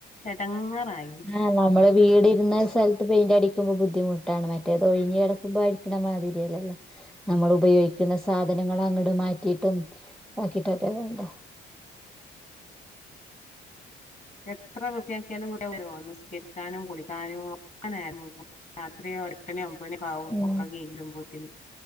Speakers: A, on the left; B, in the centre.
A: എടങ്ങേറായി
B: ആഹ് നമ്മള് വീട് ഇരുന്ന സലത്ത് പെയിന്റ് അടിക്കുമ്പോ ബുദ്ധിമു ട്ടാണ് മറ്റേത്
A: ഉം
B: ഒഴിഞ്ഞ് കെടക്കുമ്പോ അടിക്കണ മാതിരിയല്ലല്ലോ നമ്മൾ ഉപയോഗിക്കുന്ന സാധനങ്ങള് അങ്ങോട്ട് മാറ്റിയിട്ടും ഇതാക്കിയിട്ടൊക്കെ വേണ്ടേ
A: എത്ര വൃത്തിയാക്കിയാലും <unintelligible> നിസ്കരിക്കാനും കുളിക്കാനും ഒക്കെ നേരം വൈകും രാ ത്രി <unintelligible>
B: ഉം